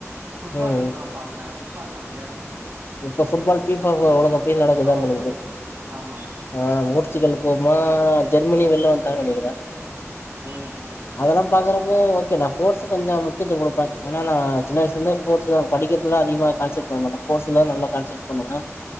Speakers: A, on the right; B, on the left.
A: ஃபுட்பால்
B: ம்
A: நா பாப்பேன் ஃபுட்பால்ல்லா விளையாடுவே நிறைய
B: இப்ப ஃபுட்பால் பீ ப உலக கோப்பை நடக்குதே உங்களுக்கு
A: வேர்ல்டு ஆமா
B: ஆ போர்ச்சுகல் போகுமா ஜெர்மனி வெளில வந்துடாங்க நினைக்கிற
A: ம் ம் ம்
B: அதெல்லா பாக்குறப்ப ஓகே நா ஃபோர் கொஞ்சம் முக்கியத்துவம் கொடுப்பேன் ஏன்ன நா சின்ன வயசலருந்து ஸ்போர்ட் தா படிக்கிறதுதல அதிக கான்சட் பண்ண மாட்டே போஸ்ஸுல நல்லா கான்சைன்ட் பண்ணுவாங்க